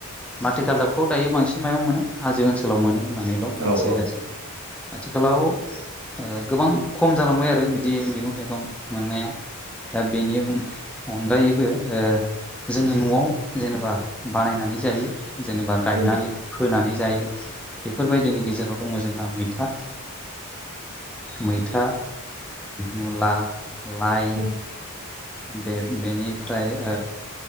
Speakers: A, in the centre; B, on the right (about 80°).
A: माथिकाल दाबखौ दायो बांसिन मायाव मोनो हाजो ओनसोलाव मोनो होननानैल' मिथिनाय
B: औ औ
A: जासै आथिखालाव गोबां खम जालांबाय आरो बिदि मैगं थाइगं मोननाया दा बेनि अनगायैबो जोङो न'आव जेनेबा बानायनानै जायो जेनेबा गायनानै
B: उम
A: फोनानै जायो बेफोरबायदिनि गेजेराव दङ जोंहा मैथा मैथा मुला लाइ
B: उम
A: बे बेनिफ्राय